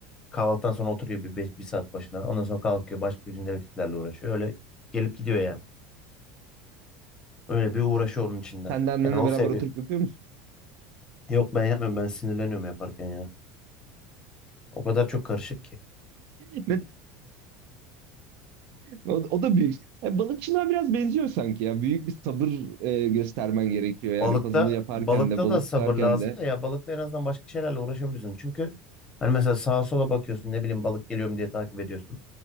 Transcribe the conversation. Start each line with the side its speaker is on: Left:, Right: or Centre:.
Left: Kahvaltıdan sonra oturuyor bir, beş- bir saat başına. Ondan sonra kalkıyor. Başka gündelik işlerle uğraşıyor. Öyle gelip gidiyor yani. Öyle bir uğraşı onun içinde.
Right: Sen de annenle
Left: Yani o
Right: beraber
Left: seviyor.
Right: oturup yapıyor musun?
Left: Yok ben yapmıyorum. Ben sinirleniyorum yaparken ya. O kadar çok karışık ki.
Right: <laughs> Ne O, o da büyük. E, balıkçılığa biraz benziyor sanki ya. Büyük bir sabır e, göstermen gerekiyor yani
Left: Balıkta
Right: puzzle'ı yaparken
Left: balıkta
Right: de balık
Left: da sabır
Right: tutarken
Left: lazım
Right: de.
Left: da ya balıkta en azından başka şeylerle uğraşabiliyorsun. Çünkü hani mesela sağa sola bakıyorsun ne bileyim balık geliyor mu diye takip ediyorsun.